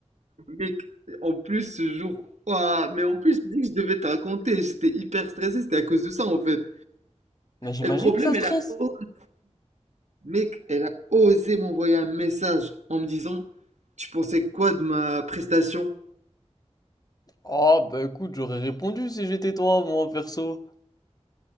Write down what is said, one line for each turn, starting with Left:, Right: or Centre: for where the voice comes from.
Right: mec, en plus ce jour, ouah, mais en plus, je dis que je devais te raconter, j'étais hyper stressé, c'était à cause de ça en fait.
Left: Mais j'imagine
Right: Et le problème,
Left: que ça
Right: elle
Left: stresse.
Right: a osé, mec, elle a osé m'envoyer un message en me disant, tu pensais quoi de ma prestation?
Left: Oh, bah écoute, j'aurais répondu si j'étais toi, moi, perso.